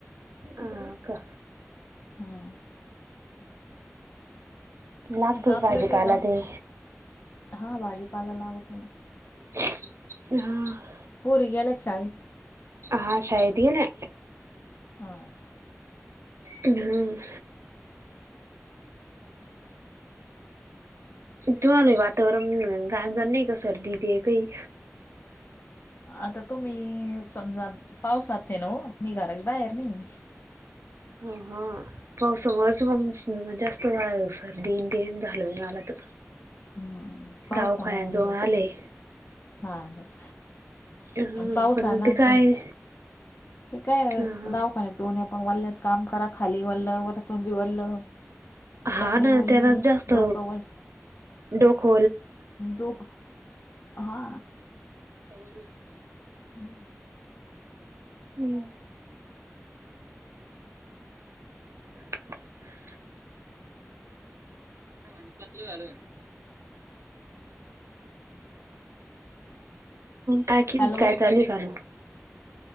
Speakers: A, on the right; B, on the left.
A: अ का?
B: हम्म.
A: लागतोच
B: आता आपलं
A: भाजीपाला
B: काय काम?
A: ते
B: हा भाजीपाला लावतो ना?
A: ह.
B: पोरी गेल्या का शाळेत?
A: हा शाळेत गेल्या
B: हां.
A: ह. तुम्हाला वातावरण गांजा नाही का सर्दी ते काही
B: आता तुम्ही समजा पावसा ते न हो मी घराच्या बाहेर नाही.
A: हो हा पावसामुळेच म जास्त फस्तवा सर दीटेम झालवी वालत?
B: हम्म पावसाना
A: दावखान्यात
B: मंग
A: जाऊन आले?
B: हा तस.
A: हा
B: पाऊस
A: मग
B: ना
A: ते काय
B: पण ते काय
A: ह
B: दावाखान्याचे उन पण वाल्ल्यात काम करा खाली वाल्लं वरतून बि वल्ल
A: हा
B: कपडे
A: ना
B: वल्ले
A: त्याला जास्त
B: डोकं वल
A: डोक
B: डोक हा.
A: <inaudible>
B: हम्म.
A: हम्म. <inaudible> म्ह पतलं घाल कायि
B: हॅलो
A: काय चालू कालू.